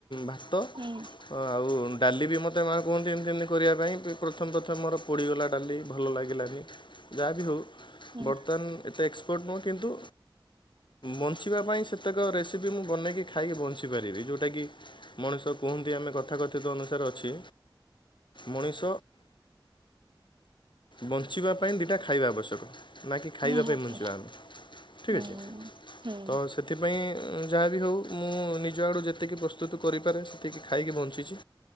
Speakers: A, on the left; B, on the right.
A: ଭାତ
B: ହୁଁ।
A: ହଁ ଆଉ ଡାଲି ବି ମୋତେ ମା କୁହନ୍ତି ଏମିତି ଏମିତି କରିବା ପାଇଁ ପ୍ରଥମ ପ୍ରଥମ ମୋର ପୋଡ଼ିଗଲା ଡାଲି ଭଲ ଲାଗିଲାନି ଯାହା ବିି ହେଉ
B: ହୁଁ
A: ବର୍ତ୍ତମାନ ଏତେ ଏକ୍ସପୋର୍ଟ ନୁହେଁ କିନ୍ତୁ ବଞ୍ଚିବା ପାଇଁ ସେତେକ ରେସିପି ମୁଁ ବନେଇକି ଖାଇକି ବଞ୍ଚିପାରିବି ଯେଉଁଟା କିି ମଣିଷ କୁହନ୍ତି ଆମେ କଥାକଥିତ ଅନୁସାରେ ଅଛି। ମଣିଷ ବଞ୍ଚିବା ପାଇଁ ଦିଇଟା ଖାଇବା ଆବଶ୍ୟକ। ନା କି ଖାଇବା
B: ନିହାତି
A: ପାଇଁ ବୁଞ୍ଚିବା ଆମେ ଠିକ୍
B: ହୁଁ
A: ଅଛି
B: ହୁଁ
A: ତ ସେଥିପାଇଁ ଯାହା ବିି ହଉ ମୁଁ ନିଜ ଆଡ଼ୁ ଯେତିକି ପ୍ରସ୍ତୁତ କରିପାରେ ଖାଇକି ବଞ୍ଚିଚି